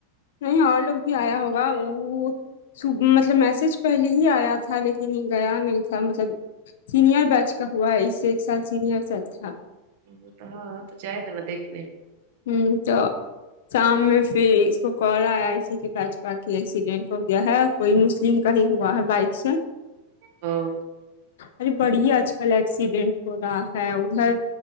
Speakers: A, on the left (about 75°); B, on the right (about 55°).
A: نہیں اور لوگ بھی آیا ہوگا وہ مطلب میسج پہلے ہی آیا تھا لیکن یہ گیا نہیں تھا مطلب سینئر بیچ کا ہوا ہے اس سے ایک سال سینئر سا تھا
B: وہ تو ہاں تو جائے گا نا دیکھنے
A: ہوں تو شام میں پھر اس کو کال آیا اسی کے بجپا کی ایکسیڈینٹ ہو گیا ہے کوئی مسلم کا ہی ہوا ہے بائک سے
B: ہاں
A: ارے بڑی آج کل ایکسیڈینٹ ہو رہا ہے ادھر